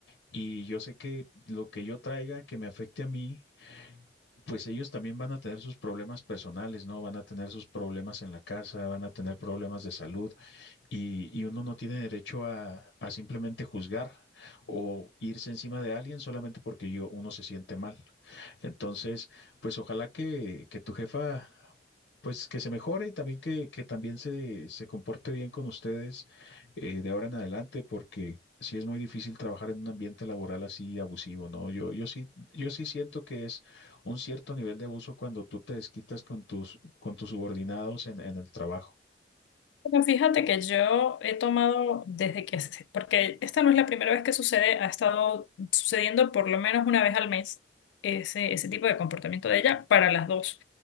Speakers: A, on the left; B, on the left.
A: y yo sé que lo que yo traiga que me afecte a mí, pues ellos también van a tener sus problemas personales, ¿no? Van a tener sus problemas en la casa, van a tener problemas de salud y, y uno no tiene derecho a, a simplemente juzgar o irse encima de alguien solamente porque yo, uno se siente mal. Entonces, pues ojalá que, que tu jefa, pues que se mejore y también que, que también se, se comporte bien con ustedes eh, de ahora en adelante, porque sí es muy difícil trabajar en un ambiente laboral así abusivo, ¿no? Yo, yo sí, yo sí siento que es un cierto nivel de abuso cuando tú te desquitas con tus, con tus subordinados en, en el trabajo.
B: Bueno, fíjate que yo he tomado desde que, se- porque esta no es la primera vez que sucede, ha estado sucediendo por lo menos una vez al mes ese, ese tipo de comportamiento de ella para las dos,